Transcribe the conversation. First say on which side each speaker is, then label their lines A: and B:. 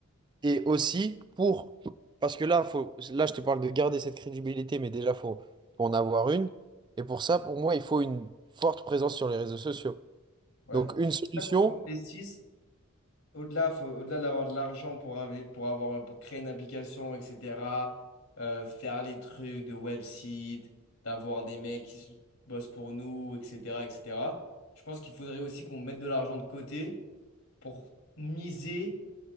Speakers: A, on the right (about 20°); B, on the left (about 85°).
A: Et aussi pour, parce que là, faut, là, je te parle de garder cette crédibilité, mais déjà, faut, faut en avoir une. Et pour ça, pour moi, il faut une forte présence sur les réseaux sociaux.
B: Ouais.
A: Donc, une solution,
B: Il faut qu'on investisse. Au-delà, faut- au-delà d'avoir de l'argent pour, invi- pour avoir, pour créer une application, etc., euh, faire les trucs de website, d'avoir des mecs qui s- bossent pour nous, etc., etc. Je pense qu'il faudrait aussi qu'on mette de l'argent de côté pour miser.